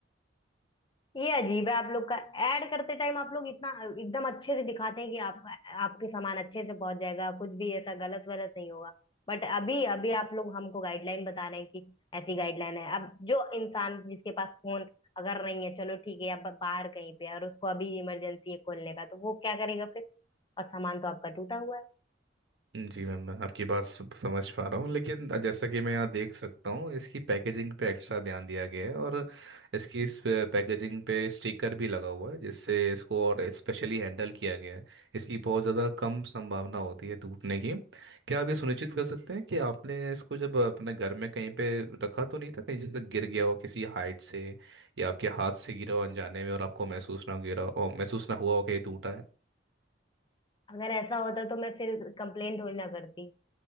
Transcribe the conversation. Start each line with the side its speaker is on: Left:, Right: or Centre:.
Left: ये अजीब है आप लोग का ऐड करते टाइम आप लोग इतना एकदम अच्छे से दिखाते हैं कि आपका आपके सामान अच्छे से पहुंच जाएगा कुछ भी ऐसा गलत वलत नहीं होगा बट अभी अभी आप लोग हमको गाइडलाइन बता रहे हैं कि ऐसी गाइडलाइन है अब जो इंसान जिसके पास फोन अगर नहीं है चलो ठीक है अब बाहर कहीं पे है और उसको अभी इमरजेंसी है खोलने का तो वो क्या करेगा फिर और सामान तो आपका टूटा हुआ है
Right: जी मैम मैं आपकी बात सम- समझ पा रहा हूँ लेकिन जैसा कि मैं यहाँ देख सकता हूँ इसकी पैकेजिंग पे एक्स्ट्रा ध्यान दिया गया है और इसकी इस पे- पैकेजिंग पे स्टिकर भी लगा हुआ है जिससे इसको और स्पेशली हैंडल किया गया है इसकी बहुत ज़्यादा कम संभावना होती है टूटने की क्या आप ये सुनिश्चित कर सकते हैं कि आपने इसको जब अपने घर में कहीं पे रखा तो नहीं था कहीं जैसे गिर गया हो किसी हाइट से या आपके हाथ से गिरा हो अनजाने में और आपको महसूस ना गिरा हो महसूस ना हुआ हो कि ये टूटा है
Left: अगर ऐसा होता तो मैं फिर कंप्लेंट थोड़ी ना करती